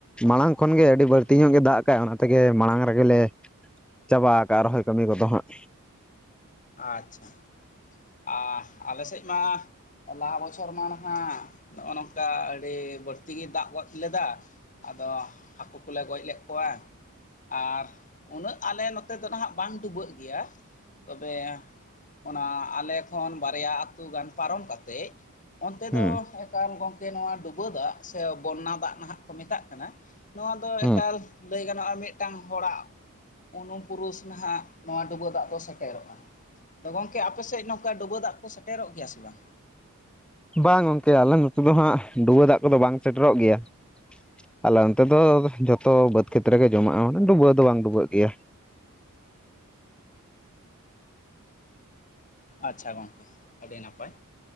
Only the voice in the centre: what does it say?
ᱢᱟᱲᱟᱝ ᱠᱷᱚᱱᱜᱮ ᱟᱹᱰᱤ ᱵᱟᱹᱲᱛᱤ ᱧᱚᱜ ᱜᱮ ᱫᱟᱜ ᱠᱟᱜ-ᱟ ᱚᱱᱟ ᱛᱮᱜᱮ ᱢᱟᱲᱟᱝ ᱨᱮᱜᱮᱞ ᱞᱮ ᱪᱟᱵᱟ ᱟᱠᱜᱼᱟ ᱨᱚᱷᱚᱭ ᱠᱟᱹᱢᱤ ᱠᱚᱫᱚ ᱦᱟᱸᱜ᱾
ᱦᱩᱸ
ᱦᱩᱸ
ᱵᱟᱝ ᱜᱚᱝᱠᱮ ᱟᱞᱮ ᱱᱚᱛᱮ ᱫᱚ ᱦᱟᱸᱜ ᱰᱩᱣᱟᱹ ᱫᱟᱜ ᱠᱚᱫᱚ ᱵᱟᱝ ᱥᱮᱴᱮᱨᱚᱜ ᱜᱮᱭᱟ᱾ ᱟᱞᱮ ᱚᱱᱛᱮ ᱫᱚ ᱡᱷᱚᱛᱚ ᱵᱟᱹᱫᱽ ᱠᱷᱮᱛᱨᱮ ᱜᱮ ᱡᱚᱢᱟᱜᱼᱟ ᱰᱩᱵᱟᱹ ᱫᱚ ᱵᱟᱝ ᱰᱩᱵᱟᱹᱜ ᱜᱮᱭᱟ᱾